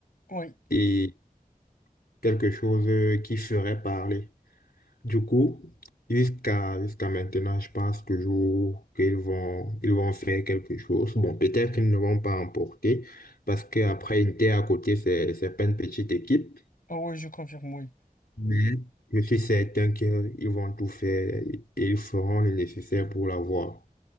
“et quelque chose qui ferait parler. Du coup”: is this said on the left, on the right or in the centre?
Left